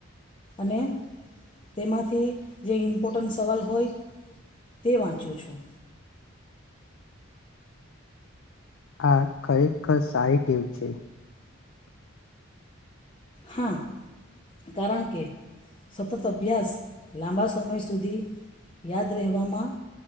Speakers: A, on the left (about 25°); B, on the left (about 65°).
A: અને તેમાંથી જે ઇમ્પોટન્ટ સવાલ હોય તે વાંચું છું.
B: આ ખરેખર સારી ટેવ છે.
A: હા. કારણ કે સતત અભ્યાસ લાંબા સમય સુધી યાદ રહેવામાં